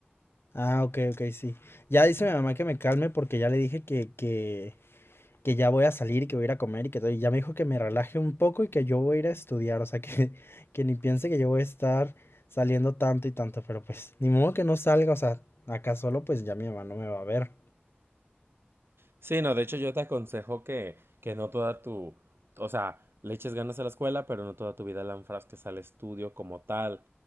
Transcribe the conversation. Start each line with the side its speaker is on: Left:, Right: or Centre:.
Left: Ah, ok, ok, sí. Ya dice mi mamá que me calme porque ya le dije que, que, que ya voy a salir y que voy a ir a comer y que todo, y ya me dijo que me relaje un poco y que yo voy a ir a estudiar, o sea, que, que ni piense que yo voy a estar saliendo tanto y tanto, pero pues, ni modo que no salga, o sea, acá solo pues ya mi mamá no me va a ver.
Right: Sí, no, de hecho yo te aconsejo que, que no toda tu, o sea, le eches ganas a la escuela, pero no toda tu vida la enfrasques al estudio como tal.